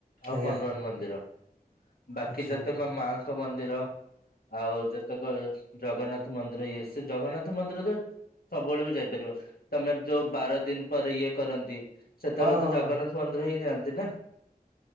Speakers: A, on the left (about 80°); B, on the right (about 75°).
A: ଆଉ
B: ଆଜ୍ଞା
A: ହନୁମାନ ମନ୍ଦିର ବାକି
B: ଆଚ୍ଛା
A: ଯେତେକ ମାଙ୍କ ମନ୍ଦିର ଆଉ ଯେ ତେକ ଜଗନ୍ନାଥ ମନ୍ଦିର ଇଏ ସେ ଜଗନ୍ନାଥ ମନ୍ଦିର ତ ସବୁବେଳେ ବି ଯାଇପାରିବ। ତମେ ଯୋଉ ବାର ଦିନ ପରେ ଇଏ କରନ୍ତି ସେତେବେଳେ
B: ହଁ ହଁ।
A: ତ ଜଗନ୍ନାଥ ମନ୍ଦିର ହିଁ ଯାଆନ୍ତି ନା।